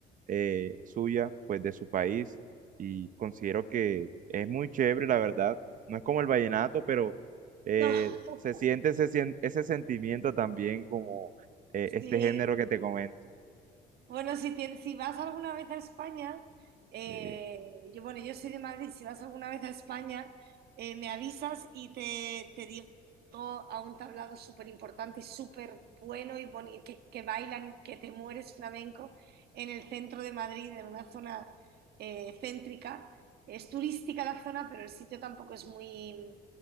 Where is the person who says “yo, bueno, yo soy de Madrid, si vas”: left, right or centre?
Right